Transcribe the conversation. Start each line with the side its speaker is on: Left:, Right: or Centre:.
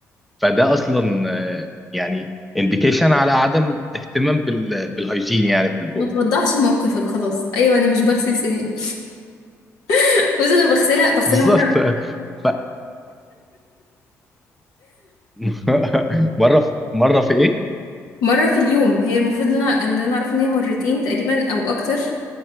Centre: فده اصلا آه، يعني انديكيشن على عدم اهتمام بال... بالهيجين يعني في البق
Left: ما توضحش موقفك خلاص ايوه انا مش بغسل سناني <laughs> بس انا بغسلها بغسلها
Centre: بالظبط
Left: مره
Centre: ف... <laughs> مره في... مره في ايه
Left: مرة في اليوم هي المفروض اللي انا اللي انا اعرف ان هي مرتين تقريبا او اكتر